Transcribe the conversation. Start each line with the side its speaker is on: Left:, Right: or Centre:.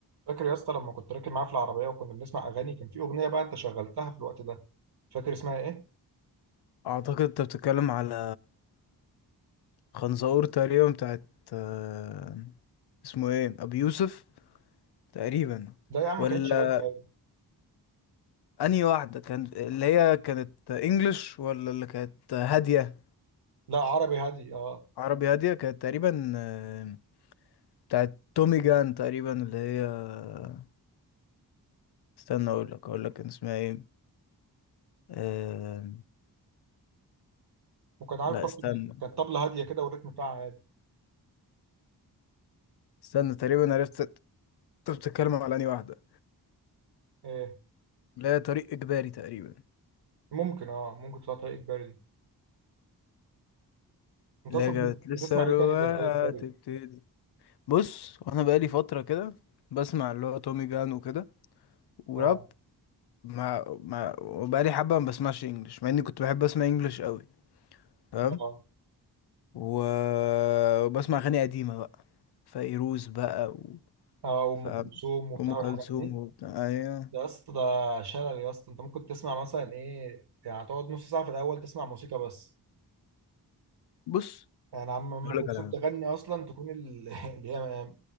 Right: فاكر يا اسطى لما كنت راكب معاه في العربيه وكنا بنسمع اغاني كان في اغنيه بقى انت شغلتها في الوقت ده فاكر اسمها ايه
Left: اعتقد انت بتتكلم على خنزقور تقريبا بتاعت آه، اسمه ايه ابو يوسف تقريبا
Right: لا يا عم
Left: ولا
Right: ما كانتش راب باين.
Left: انهي واحده كان اللي هي كانت انجلش ولا اللي كانت هاديه
Right: لا عربي هادي اه
Left: عربي هاديه كانت تقريبا آه، بتاعت تومي جان تقريبا اللي هي آه، استنى اقول لك اقول لك كان اسمها ايه آه،
Right: وكان عارف
Left: لا
Right: برضه
Left: استنى
Right: ال- كانت طبله هاديه كده والريتم بتاعها هادي
Left: استنى تقريبا عرفت انت بتتكلم على انهي واحده
Right: ايه
Left: اللي هي طريق اجباري تقريبا
Right: ممكن اه ممكن تطلع طريق اجباري دي انت
Left: لجأت
Right: اصلا
Left: للثروة
Right: بتسمع ايه تاني غير طريق اجباري
Left: تبتدي بص وانا بقالي فترة كده بسمع اللي هو تومي جان وكده وراب
Right: اه
Left: مع مع وبقالي حبة ما بسمعش انجلش مع اني كنت بحب اسمع انجلش قوي فاهم
Right: اه
Left: و... وبسمع اغاني قديمة بقى فيروز بقى و...
Right: اه وام
Left: فاهم
Right: كلثوم وبتاع
Left: ام كلثوم
Right: والحاجات دي
Left: وبتاع ايوه
Right: ده يا اسطى ده شلل يا اسطى انت ممكن تسمع مثلا ايه يعني تقعد نص ساعه في الاول تسمع موسيقى بس
Left: بص
Right: يعني عم ام
Left: اقول
Right: كلثوم
Left: لك على
Right: تغني اصلا تكون ال- <laughs> اللي هي